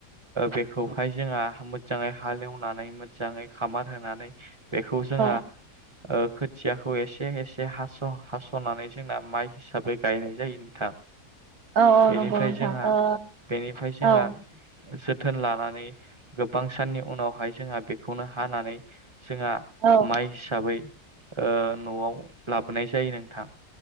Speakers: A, on the right (about 25°); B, on the right (about 70°).
A: बेखौहाय जोहा मोजाङै हालेवनानै मोजाङै खामार होनानै बेखौ जोङा ओ
B: औ
A: खोथ थियाखौ एसे एसे हासनानै जोंना माइ हिसाबै गायनाय जायो नोंथां
B: औ औ
A: बेनिफ्राय
B: नंगौ नोंथां
A: जोंहा
B: ओ
A: बेनिफ्राय जोंहा
B: औ
A: जोथोन लानानै गोबां साननि उनावहाय जोंहा बेखौनो हानानै जोहा
B: औ
A: माइ हिसाबै ओ नआव लाबोनाय जायो नोंथां